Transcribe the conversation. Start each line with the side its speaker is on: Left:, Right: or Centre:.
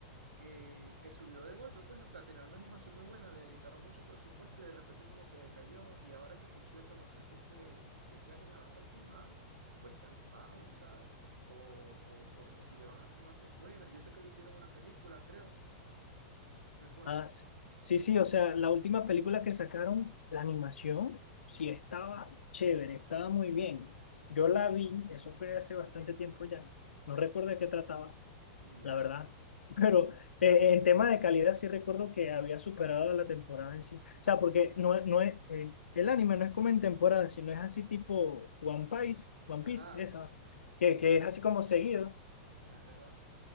Right: que, que subió de golpe, pues. O sea, tenían una animación muy buena, le dedicaron mucho presupuesto y de repente como que decayó. Y ahora que por cierto, no sé si ese, si ese anime va a continuar o está en pausa o, o o- o si le van a hacer una secuela. Yo sé que le hicieron una película, creo. No recuerdo.
Left: Ah, sí. sí, sí, o sea, la última película que sacaron, la animación, sí estaba chévere, estaba muy bien. Yo la vi, eso fue hace bastante tiempo ya, no recuerdo de qué trataba,
Right: Ni
Left: la
Right: yo.
Left: verdad. <laughs> Pero eh, en tema de calidad sí recuerdo que había superado la temporada en sí. O sea, porque no, es- no es, el, el anime no es como en temporada, sino es así tipo One Piece, One
Right: Ajá,
Left: Piece, esa, que, que es así como seguido.
Right: ah, es verdad,